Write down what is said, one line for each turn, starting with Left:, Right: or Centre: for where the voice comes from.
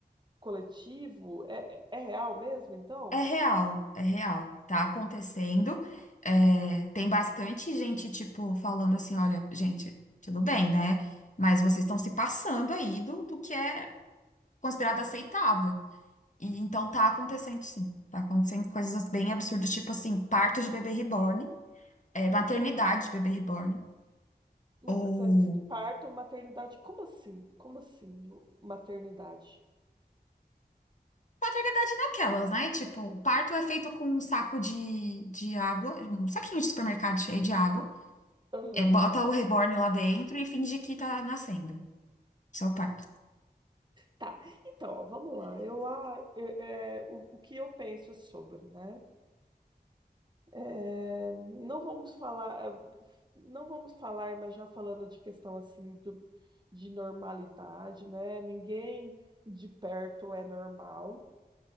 Right: coletivo? É, é, é real mesmo, então?
Left: É real, é real. Tá acontecendo. É, tem bastante gente, tipo, falando assim: olha, gente, tudo bem, né? Mas vocês estão se passando aí do, do que é considerado aceitável. E então tá acontecendo, sim. Tá acontecendo coisas bem absurdas, tipo assim, parto de bebê reborn, é, maternidade de bebê reborn.
Right: Não,
Left: Ou
Right: mas é esse parto, maternidade, como assim? Como assim, maternidade?
Left: Maternidade naquelas, né? Tipo, o parto é feito com um saco de, de água, um saquinho de supermercado cheio de água.
Right: Aham.
Left: É, bota o reborn lá dentro e finge que tá nascendo. Isso é o parto.
Right: Tá, então, ó, vamos lá. Eu, ah, é, é, o, o que eu penso sobre, né? É, não vamos falar, é, não vamos falar, mas já falando de questão assim do, de normalidade, né? Ninguém de perto é normal.